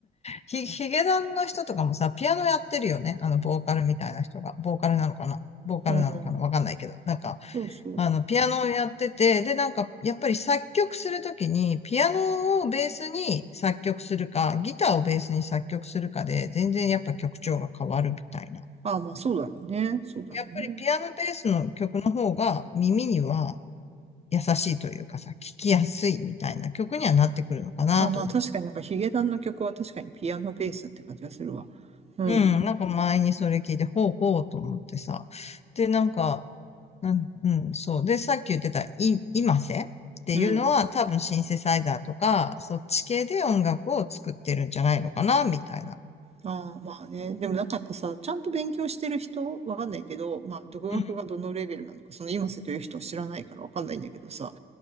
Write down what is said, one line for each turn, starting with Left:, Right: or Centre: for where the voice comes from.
Left: ヒ、ヒゲダンの人とかもさ、ピアノやってるよね。あの、ボーカルみたいな人が。ボーカルなのかなボーカルなのかなわかんないけど。
Right: うん。
Left: なんか、
Right: そうそう。
Left: あの、ピアノをやってて、で、なんか、やっぱり作曲するときに、ピアノをベースに作曲するか、ギターをベースに作曲するかで、全然やっぱ曲調が変わるみたいな。
Right: ああ、まあそうだろうね。そうだろうね。
Left: やっぱりピアノベースの曲の方が耳には優しいというかさ、聞きやすいみたいな曲にはなってくるのかなと思
Right: ああ、まあ確かになんかヒゲダンの曲は確かにピアノベースって感じがするわ。うん。
Left: う。うん、なんか前にそれ聞いて、ほうほうと思ってさ。で、なんか、うん、うん、そう。で、さっき言ってた、い、今瀬っていうのは、
Right: うん。
Left: 多分シンセサイザーとか、そっち系で音楽を作ってるんじゃないのかな、みたいな。
Right: ああ、まあね。でもなんかやっぱさ、ちゃんと勉強してる人、わかんないけど、まあ、独学がどのレベルなのか、
Left: うん、
Right: その今瀬という人は知らないからわかんないんだけどさ、